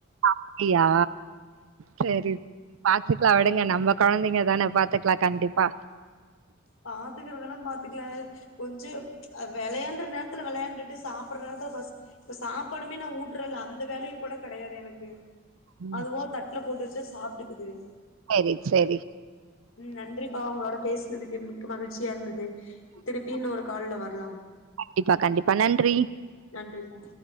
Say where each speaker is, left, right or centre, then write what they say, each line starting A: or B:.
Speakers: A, on the right; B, on the left.
A: அப்டியா செரி பாத்துகலா விடுங்க நம்ம கொழந்தைங்க தான பாத்துகலா கண்டிப்பா
B: பாத்துக்கறதெல்லா பாத்துகலா கொஞ்ச அ வெளையாண்ட்ற நேரத்துல வெளையாண்டுட்டு சாப்புட்ற நேரத்துல பசி இப்ப சாப்பாடுமே நா ஊட்றேன்ல அந்த வேலயு கூட கெடையாது எனக்கு
A: ம்
B: அதுவா தட்ல போட்டு வச்சா சாப்டுக்குதுங்க
A: செரி செரி
B: ம் நன்றிப்பா உங்ளோட பேசுனதுக்கு மிக்க மகிழ்ச்சியா இருந்தது திருப்பி இன்னோரு கால்ல வர்லா
A: கண்டிப்பா கண்டிப்பா நன்றி
B: நன்றிப்பா